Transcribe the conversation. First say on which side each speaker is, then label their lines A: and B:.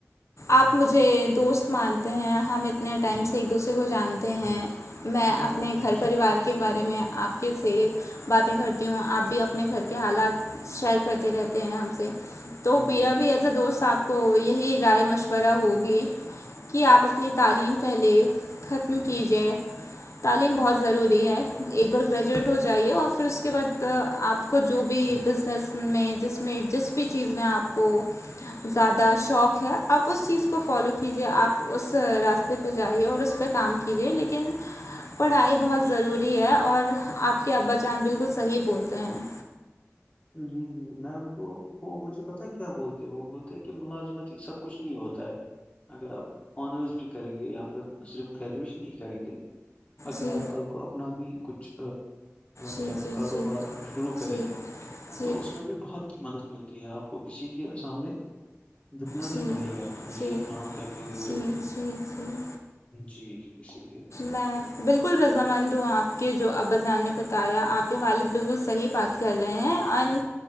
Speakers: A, on the left; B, on the left.
A: آپ مجھے دوست مانتے ہیں ہم اتنے ٹائم سے ایک دوسرے کو جانتے ہیں میں
B: بہت
A: اپنے
B: ٹائم
A: گھر پریوار
B: سے
A: کے بارے میں آپ کے سے باتیں کرتی ہوں آپ بھی اپنے گھر کے حالات شیئر کرتے رہتے ہیں ہم سے تو میرا
B: جی
A: بھی ایز اے دوست آپ کو یہی رائے مشورہ ہوگی کہ آپ اپنی تعلیم پہلے ختم کیجیے تعلیم بہت ضروری ہے ایک بار گریجویٹ ہو جائیے اور پھر اس کے بعد آپ- کو جو بھی بزنس میں جس, میں جس, بھی, چیز میں آپ کو- زیادہ شوق اپ اس چیز کو فالو کیجیے اپ اس راستے پہ جائیے اور اس پہ کام کیجیے لیکن- پڑھائی بہت ضروری ہے, اور آپ کے ابا جان بالکل صحیح بھولتے ہیں-
B: جی میں ان کو وہ مجھے پتا کیا بولتے وہ بولتے ہیں کہ ملازمتی سب کچھ نہیں ہوتا ہے- اگر آپ آنرس بھی کریں گے یا پھر صرف گریجویشن ہی کریں گے اگر
A: جی
B: آپ کل کو اپنا بھی کچھ
A: جی
B: کیا
A: جی
B: کاروبار
A: جی
B: شروع کریں
A: جی
B: گے-
A: جی
B: تو اس میں بھی بہت مدد ملتی ہے آپ کو کسی کے سامنے- دکنا
A: جی
B: نہیں پڑے گا کہ مجھے
A: جی
B: ایک کام کر کے دے
A: جی
B: دو-
A: جی جی
B: جی اسی لیے
A: میں بالکل رضامند ہوں آپ کے جو اباذان نے بتایا آپ کے والد بالکل صحیح پاتے- کر رہے ہیں اور